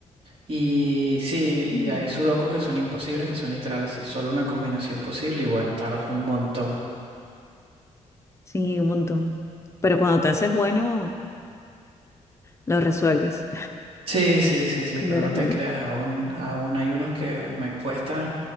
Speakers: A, on the right; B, on the left.
A: Y sí, y
B: No.
A: hay sudokus que son imposibles, que son literal así, solo una combinación posible y bueno, tardas un montón.
B: Sí, un montón. Pero cuando te haces bueno, lo resuelves,
A: Sí, sí,
B: <laughs>
A: sí, sí,
B: cuando
A: pero
B: eres
A: no te
B: bueno.
A: creas, aún, aún hay unos que me cuestan.